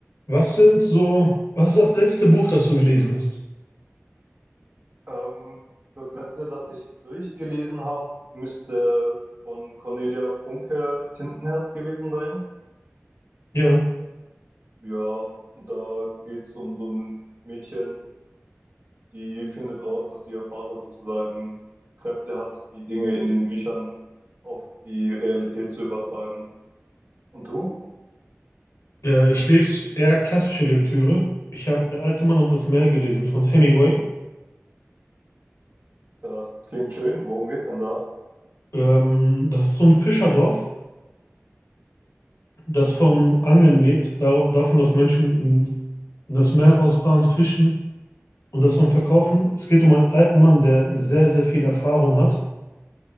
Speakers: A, on the left (about 90°); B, on the right (about 50°).
A: Was sind so, was ist das letzte Buch, das du gelesen hast?
B: Ähm, das letzte, das ich durchgelesen habe, müsste von Cornelia Funke Tintenherz gewesen sein.
A: Ja,
B: Ja, und da geht es um so ein Mädchen, die findet raus, dass ihr Vater sozusagen Kräfte hat, die Dinge in den Büchern auf die Realität zu übertragen. Und du?
A: äh, ich lese eher klassische Lektüre. Ich habe Der alte Mann und das Meer gelesen von Hemingway.
B: Das klingt schön. Worum geht's denn da?
A: Ähm, das ist so ein Fischerdorf, das vom Angeln lebt, darauf, davon, dass Menschen in, in das Meer rausfahren, fischen und das dann verkaufen. Es geht um einen alten Mann, der sehr, sehr viel Erfahrung hat